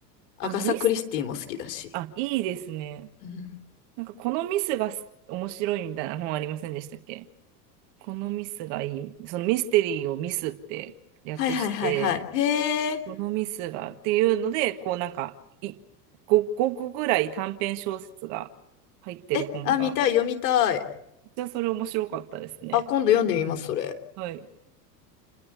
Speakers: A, on the left; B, on the right.
A: アガサ・
B: あの、ミス、
A: クリスティも好きだし。
B: あ、いいですね。
A: うん
B: なんか、このミスがす面白いみたいな本ありませんでしたっけこのミスがいい。そのミステリーをミスって略して、
A: はいはいはいはい。へえ。
B: このミスがっていうので、こうなんかい5、個ぐらい短編小説が入ってる本が。
A: え、あ、見たい、読みたい。
B: じゃあそれ面白かったですね。
A: あ、今度読んでみます、それ。
B: はい。